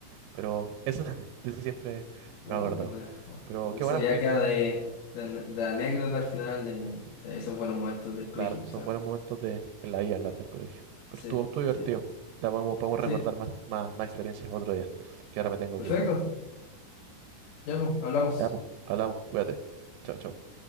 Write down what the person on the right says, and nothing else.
Pero eso, <laughs> de eso siempre me
ha acordado.
Pero
qué bueno, Joaquín.
Claro, son
buenos momentos de, en la vida hablar del colegio. Pero
estuvo, estuvo divertido.
La podemos, podemos
recordar más, más, más experiencias otro día, que ahora me tengo
que ir.
Ya, pues, hablamos. Cuídate. Chao, chao.